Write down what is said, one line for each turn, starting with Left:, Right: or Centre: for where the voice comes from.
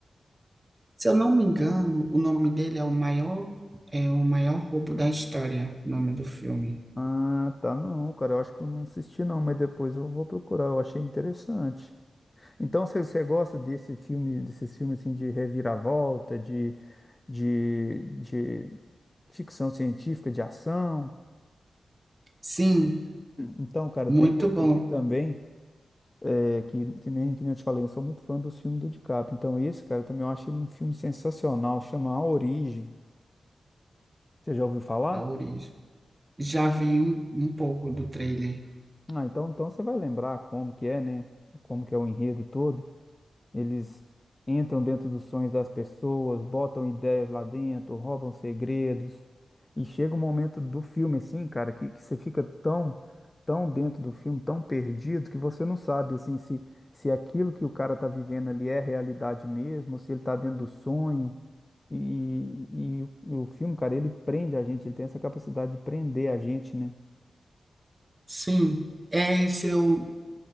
Right: Se eu não me engano, o nome dele é o maior, é o maior roubo da história, o nome do filme.
Left: Ah, tá, não, cara, eu acho que eu não assisti não, mas depois eu vou procurar, eu achei interessante. Então, você, você gosta desse filme, desses filmes assim de reviravolta, de de, de ficção científica, de ação.
Right: Sim,
Left: Então, cara,
Right: muito
Left: tem outro
Right: bom
Left: aqui também, é, que, que nem, que nem eu te falei, eu sou muito fã do filme do DiCaprio. Então, esse, cara, também eu acho ele um filme sensacional, chama A Origem. Você já ouviu falar?
Right: a origem. Já vi um, um pouco do trailer.
Left: Ah, então, então você vai lembrar como que é, né? Como que é o enredo todo. Eles entram dentro dos sonhos das pessoas, botam ideias lá dentro, roubam segredos. E chega um momento do filme, assim, cara, que, que você fica tão, tão dentro do filme, tão perdido, que você não sabe, assim, se, se aquilo que o cara tá vivendo ali é realidade mesmo, ou se ele tá dentro do sonho. E, e, o e o filme, cara, ele prende a gente, ele tem essa capacidade de prender a gente, né?
Right: Sim, é se eu